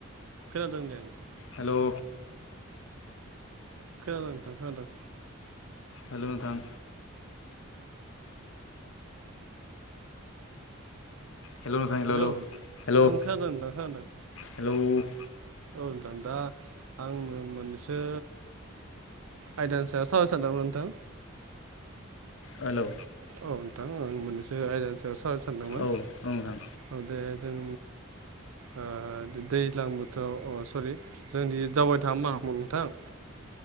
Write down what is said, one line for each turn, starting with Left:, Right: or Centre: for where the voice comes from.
Right: खोनादों दें नोंथां।
Left: हेलौ।
Right: खोनादों नोंथां खोनादों।
Left: हेलौ नोंथां। हेल' नोंथां हेल'
Right: हेलौ
Left: हेल'
Right: नोंथां
Left: हेल'
Right: आं खोनादों नोंथां खोनादों
Left: हेल'।
Right: औ नोंथां दा। आंनो मोनसे आयदानि सायाव सावराय सानदोंमोन नोंथां।
Left: हेलौ।
Right: औ नोंथां आं मोननैसो आयदानि सायाव सावरायनो सानदोंमोन।
Left: औ औ नोंथां
Right: औदे जों ओ दैज्लां बोथोराव सरि जोंनि दावबायनो थाङा मा? नोंथां औ